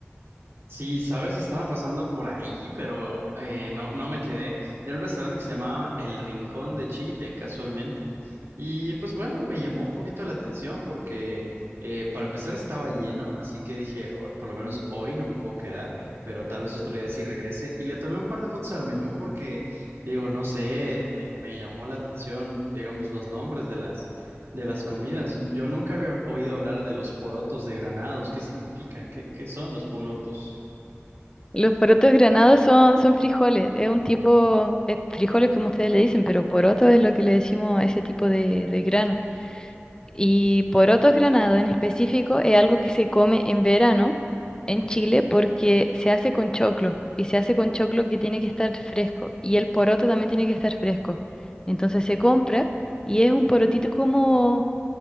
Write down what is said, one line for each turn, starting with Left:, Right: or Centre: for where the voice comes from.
Right: Sí, sabes, estaba pasando por ahí, pero eh, no, no me quedé. Era un restaurante que se llamaba El Rincón de Chile, casualmente. Y pues bueno, me llamó un poquito la atención porque eh, para empezar estaba lleno, así que dije, "Oh, por lo menos hoy no me puedo quedar, pero tal vez otro día sí regrese. Y le tomé un par de fotos al menú porque, digo, no sé, me, me llamó la atención, digamos, los nombres de las, de las comidas. Yo nunca había oído hablar de los porotos de Granados. ¿Qué significan? ¿Qué, qué son los porotos?
Left: Los porotos granados son, son frijoles, es un tipo, es frijoles como ustedes le dicen, pero poroto es lo que le decimos a ese tipo de, de grano. Y porotos granados en específico es algo que se come en verano en Chile porque se hace con choclo y se hace con choclo que tiene que estar fresco y el poroto también tiene que estar fresco. Entonces se compra y es un porotito como